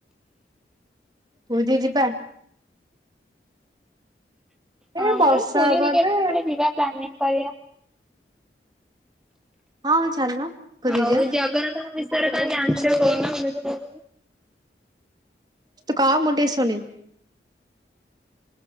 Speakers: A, on the right (about 25°); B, in the centre.
A: ପୁରୀ ଯିବା? ଏ
B: ହଁ
A: ବର୍ଷା
B: ପୁରୀ
A: ହବ
B: ହେରିକା
A: ଏବେ।
B: ଯିବା ପ୍ଲାନିଂ କରିବା।
A: ହଁ ଚାଲୁନ ପୁରୀ
B: ଆଉ
A: ଯିବା।
B: ଜଗନ୍ନାଥଙ୍କ ବିଷୟରେ କଣ ଜାଣିଚ କହୁନା?
A: ତୁ କହ ମୁଁ ଟିକେ ଶୁଣିବି।